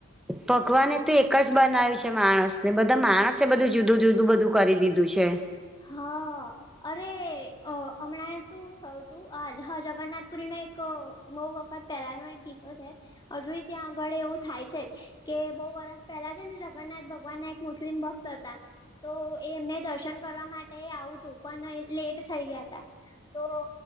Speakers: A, in the centre; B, on the left (about 20°).
A: ભગવાનેએ તો એક જ બનાવ્યું છે માણસને બધા માણસે બધું જુદું જુદું બધું કરી દીધું છે
B: હા અરે અ હમણાં શું થયું તું આ હા જગન્નાથપુરીનો એક બઉુ વખત પહેલાનો એક કિસ્સો છે હજુ ત્યાં આગળ એવું થાય છે જ કે બહુ વરષ પહેલા છે ને જગન્નાથ ભગવાન ના એક મુસ્લિમ ભક્ત હતા તો એમને દર્શન ફરવા માટે આવું હતું પણ લેટ થઈ ગયા ત તો